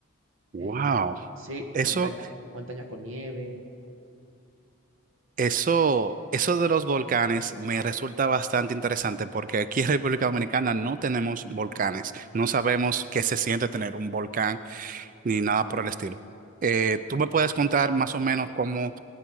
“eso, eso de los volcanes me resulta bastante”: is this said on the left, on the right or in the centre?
Right